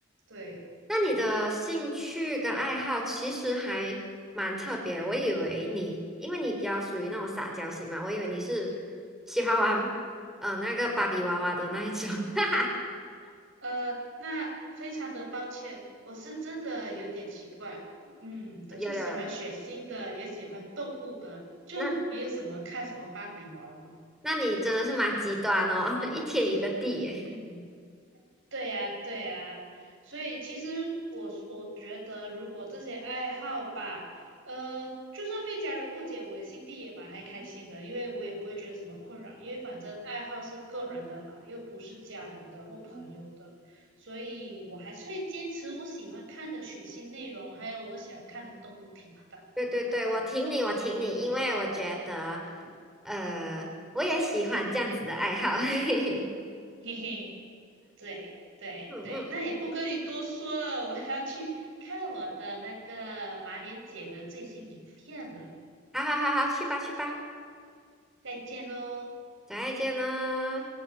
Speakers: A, on the right (about 70°); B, in the centre.
A: 对。
B: 那你的兴趣跟爱好其实还蛮特别。我以为你，因为你比较属于那种撒娇型嘛，我以为你是喜欢玩呃那个芭比娃娃的那一种。<laughs> 哈哈，
A: 呃，那非常的抱歉，我是真的有点奇怪。嗯，我是喜欢血腥的，
B: 有有有，
A: 也喜欢动物的，就没有什么看什么芭比娃娃。
B: 那那你真的是蛮极端哦，<laughs> 一天一个地诶。
A: 嗯。对呀，对呀，所以其实我我觉得，如果这些爱好吧，呃，就算被家人误解，我心地也蛮还开心的，因为我也不会觉得什么困扰，因为反正爱好是个人的嘛，又不是家人的或朋友的，所以我还是会坚持我喜欢看的血腥内容，还有我喜欢看的动物频道。
B: <laughs> 对对对，我挺你，我挺你，因为我觉得，呃，我也喜欢这样子的爱好。<laughs>
A: 嘿嘿，对对对，
B: 嗯嗯。
A: 那也不跟你多说了，我要去看我的那个马脸姐的最新影片了。
B: 好好好好，去吧去吧，
A: 再见喽
B: 再见了。